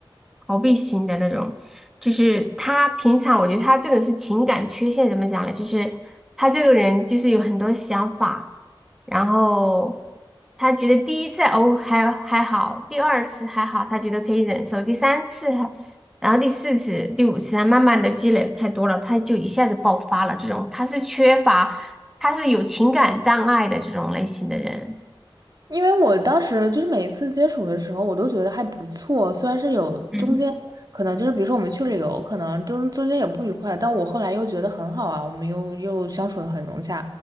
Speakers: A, in the centre; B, on the right.
A: 逃避型的那种。就是他平常，我觉得他这个是情感缺陷，怎么讲呢？就是他这个人就是有很多想法，然后他觉得第一次哦还还好，第二次还好，他觉得可以忍受，第三次还，然后第四次、第五次啊，他慢慢的积累太多了，他就一下子爆发了。这种他是缺乏，他是有情感障碍的这种类型的人。
B: 因为我当时就是每一次接触的时候，我都觉得还不错，虽然是有中间可能就是比如说我们去旅游，
A: 嗯
B: 可能中中间有不愉快，但我后来又觉得很好啊，我们又又相处的很融洽。